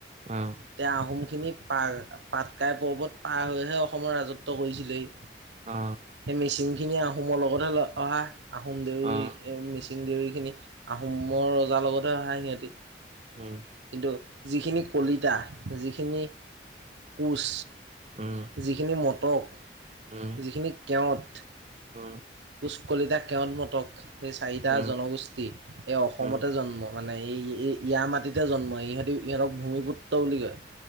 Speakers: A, on the right; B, on the right.
A: আহ
B: তে আহোম খিনি পা পাটকাই পৰ্বত পাৰ হৈহে অসমৰ ৰাজত্ব কৰিছিলেই
A: অ
B: সেই মিচিং খিনি আহোমৰ লগতহে অহা আহোম দেউৰী
A: উম,
B: মিচিং দেউৰী খিনি আহোমৰ ৰজাৰ লগততে অহা সিহঁতে
A: উম
B: কিন্তু যিখিনি কলিতা যিখিনি কোঁচ
A: উম
B: যিখিনি মটক
A: উম,
B: যিখিনি কেৱট
A: উম
B: কুচ কলিতা কেৱট মটক সেই চাৰিটা
A: উম,
B: জনগোষ্ঠী এই অসমতে
A: উম, উম, উম,
B: জন্ম মানে এই ইয়াৰ মাটিতে জন্ম ইহঁতি ইহঁতক ভূমিপুত্ৰ বুলি কয়